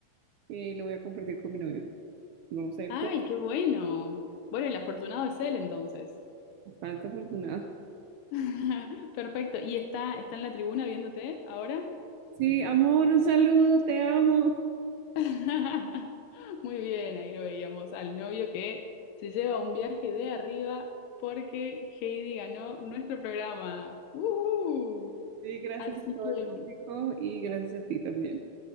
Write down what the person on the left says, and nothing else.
¡Ay,
qué bueno! Bueno, el afortunado es él entonces.
<laughs> Perfecto. ¿Y está, está en la tribuna viéndote ahora?
<laughs> Muy bien, ahí lo veíamos al novio que se lleva un viaje de arriba porque Heidi ganó nuestro programa. ¡Uhú!
Así
que